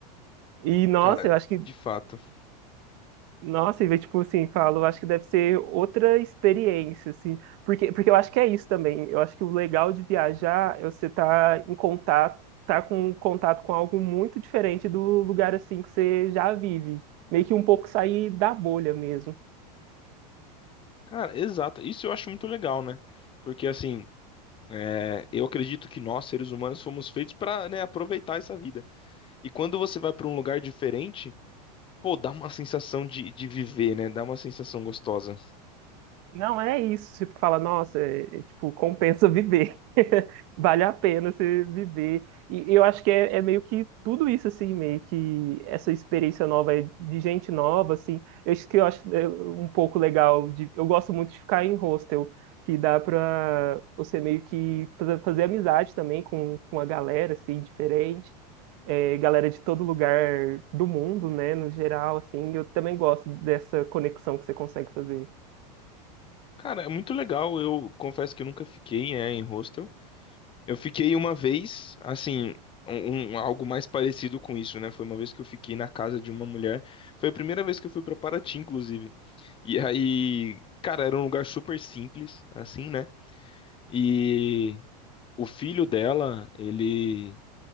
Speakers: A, on the right (about 50°); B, on the left (about 25°).
A: E, nossa,
B: Cara,
A: eu acho que,
B: de fato.
A: nossa, e, tipo, assim, falo, eu acho que deve ser outra experiência, assim. Porque, porque eu acho que é isso também. Eu acho que o legal de viajar é você estar em contato, tá com contato com algo muito diferente do lugar, assim, que você já vive. Meio que um pouco sair da bolha mesmo.
B: Cara, exato. Isso eu acho muito legal, né? Porque, assim. É, eu acredito que nós, seres humanos, fomos feitos para, aproveitar essa vida. E quando você vai para um lugar diferente, pô, dá uma sensação de, de viver, né? Dá uma sensação gostosa.
A: Não é isso, tipo, fala, nossa, é- é, tipo, compensa viver. <laughs> Vale a pena você viver. E eu acho que é, é meio que tudo isso, assim, meio que essa experiência nova é de gente nova, assim. Eu acho que eu acho é, um pouco legal de. Eu gosto muito de ficar em hostel, que dá pra você meio que fazer fazer amizade também com, com a galera, assim, diferente. É, galera de todo lugar do mundo, né, no geral, assim. Eu também gosto dessa conexão que você consegue fazer.
B: Cara, é muito legal. Eu confesso que eu nunca fiquei, é, em hostel. Eu fiquei uma vez, assim, um, um- algo mais parecido com isso, né? Foi uma vez que eu fiquei na casa de uma mulher. Foi a primeira vez que eu fui para Paraty, inclusive. E aí, cara, era um lugar super simples, assim, né? E o filho dela, ele